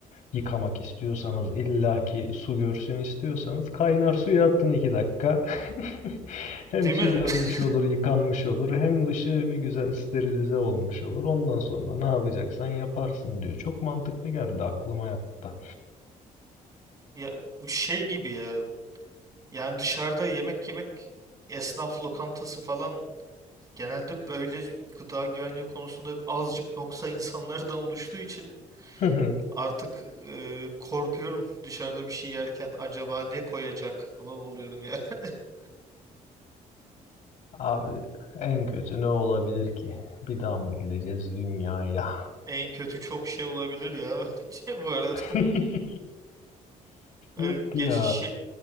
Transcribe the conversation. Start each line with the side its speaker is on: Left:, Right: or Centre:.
Left: yıkamak istiyorsanız illaki su görsün istiyorsanız kaynar suya attın iki dakika. <laughs>
Right: Değil
Left: Hem su
Right: mi?
Left: görmüş
Right: <laughs>
Left: olur, yıkanmış olur, hem dışı bir güzel sterilize olmuş olur. Ondan sonra ne yapacaksan yaparsın diyor. Çok mantıklı geldi aklıma yattı.
Right: Ya bu şey gibi ya. Yani dışarıda yemek yemek esnaf lokantası falan genelde böyle gıda güvenliği konusunda azıcık noksa insanlardan oluştuğu için
Left: <laughs>
Right: artık e, korkuyorum dışarıda bir şey yerken acaba ne koyacak falan oluyorum yani. <laughs>
Left: Abi en kötü ne olabilir ki? Bir daha mı geleceğiz dünyaya?
Right: En kötü çok şey olabilir ya <laughs> bence bu arada.
Left: <laughs>
Right: E,
Left: Yok
Right: Geç
Left: ya.
Right: şey,